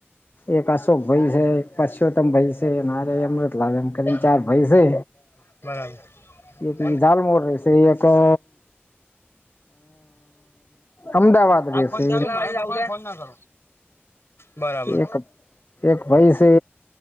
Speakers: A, on the left; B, on the left.
A: એક અશોક ભાઈ છે એક પરસોત્તમ ભાઈ છે મારે અમૃતલાલ એમ કરીને ચાર ભાઈ છે.
B: બરાબર.
A: એ દાલમોળ રે છે એક અ અમદાવાદ
B: હાલ
A: રહેશે
B: ફોન ચાલુ સે હાલ ફોન ના કરો બરાબર.
A: એક એક ભઈ સે.